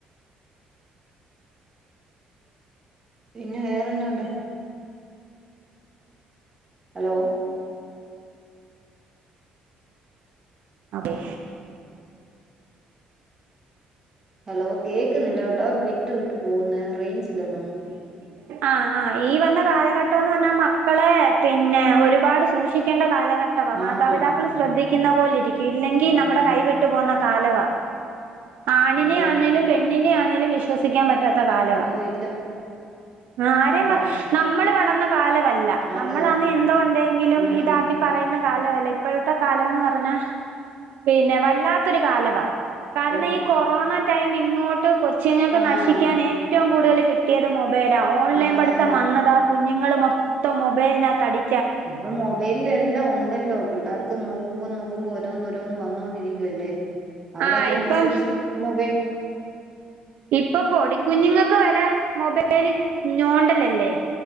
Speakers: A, on the right (about 20°); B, on the right (about 70°).
A: പിന്നെ വേറെന്നാ ഉണ്ട് ഹലോ
B: ആകെ
A: ഹലോ കേക്ക്ന്നില്ലേ കെട്ടോ വിട്ട് വിട്ട് പോവുന്നേ റെയ്ഞ്ചില്ലന്ന് താേന്ന്ണ്
B: ആഹ് ആഹ് ഈ വന്ന കാലഘട്ടാെന്ന് പർഞ്ഞാ മക്കളെ പിന്നെ ഒരുപാട് സൂക്ഷിക്കേണ്ട കാല ഘട്ടവാ മാതാപിതാക്കള്
A: ആഹ്
B: ശ്രദ്ധിക്ക്ന്ന പോലെ ഇല്ലെങ്കി
A: ഉം
B: നമ്മ്ടെ കൈവിട്ട് പോവ്ന്ന കാലവാ ആണിനെ
A: അത് തന്നെ
B: ആന്നേലും പെണ്ണിനെ ആ ണേലും വിശ്വസിക്കാം പറ്റാ ത്ത കാലവാ
A: ഓ ഇല്ല
B: ആരേം പ
A: പണ്ട്
B: നമ്മള് വള കാല <unintelligible> വല്ല
A: അത്
B: നമ്മളാന്നേ
A: തന്നെ
B: എന്തോ ഒണ്ടേങ്കിലും
A: ഉം
B: ഇതാക്കി പറയുന്ന കാല ലവല്ല ഇപ്പോഴത്തെ കാലവെന്ന് പറഞ്ഞാ പിന്നെ വല്ലാത്തൊരു കാലവാ കാരണം
A: പെമ്പിൾ
B: ഈ കൊറോണ ടൈം ഇങ്ങോട്ട് കൊച്ചുങ്ങക്ക്
A: ആഹ്
B: നശി ക്കാൻ ഏറ്റവും കൂടുതല് കി ട്ടിയത് മൊ ബേലാ ഓൺലൈൻ
A: ആഹ് അത്
B: പടുത്തം
A: തന്നെ
B: വന്നതാ കു കുഞ്ഞുങ്ങള് മൊത്തം മൊബൈലിനാത്തടി
A: ഇപ്പം മൊബൈലിലെല്ലാം ഒണ്ടല്ലോ പിള്ളാർക്ക് നോക്കുമ്പോ നോക്കുമ്പോ ഒരോന്നൊരോന്ന് വന്നോണ്ടിരിക്കുവല്ലേ അവരതിനനുസരിച്ച്
B: ആ ഇപ്പം
A: മൊബൈൽ
B: ഇപ്പ പൊടി കുഞ്ഞുങ്ങൾക്ക് വരെ മൊബൈ ബേലിൽ ഞോണ്ടലല്ലേ